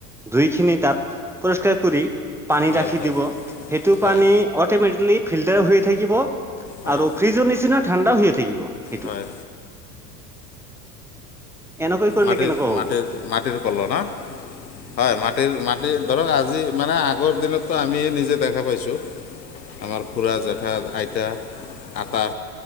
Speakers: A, in the centre; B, on the left (about 80°).
A: দুইখিনি তাত পৰিষ্কাৰ কৰি। পানী
B: হয়
A: ৰাখি
B: হয়
A: দিব সেইটো
B: হয়
A: পানী অট'মেটিকেলি ফিল্টাৰ হৈয়ে থাকিব।
B: হয়
A: আৰু ফ্ৰিজৰ নিচিনা ঠাণ্ডাও হৈয়ে থাকিব। সেইটো
B: হয়।
A: এনেকৈ কৰিলে
B: মাটিৰ
A: কেনেকুৱা হ'ব
B: মাটিৰ মাটিৰ কল না হয় মাটিৰ মা। ধৰক আজি মানে আগৰ দিনততো আমি নিজে দেখা পাইছো। আমাৰ খুৰা জেঠা আইতা আটা।